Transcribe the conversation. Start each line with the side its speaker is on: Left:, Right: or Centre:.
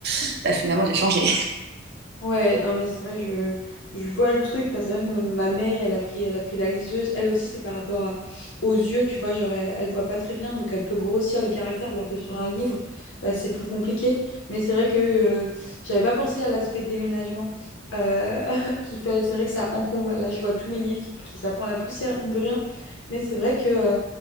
Right: <laughs> bah, finalement, j'ai changé.
Left: Ouais, non mais c'est vrai, je, je vois le truc. Enfin, c'est vrai que même ma mère, elle a pris, elle a pris la liseuse. Elle aussi, c'est par rapport à, aux yeux, tu vois, genre elle, elle voit pas très bien, donc elle peut grossir les caractères, alors que sur un livre, bah, c'est plus compliqué. Mais c'est vrai que euh, j'avais pas pensé à l'aspect déménagement, euh, <laughs> qui fait, c'est vrai que ça encombre. Là, je vois tous mes livres qui pris- ça prend la poussière mine de rien. Mais c'est vrai que euh,